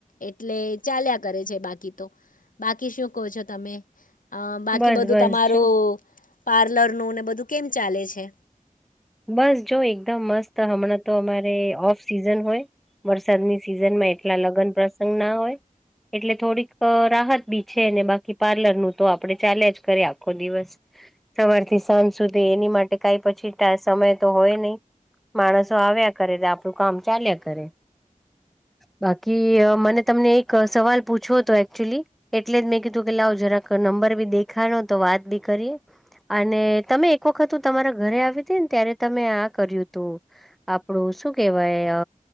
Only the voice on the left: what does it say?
એટલે ચાલ્યા કરે છે બાકી તો બાકી શું કહો છો તમે અ બાકી
બધું
તમારું
પાર્લર નું ને બધું કેમ ચાલે છે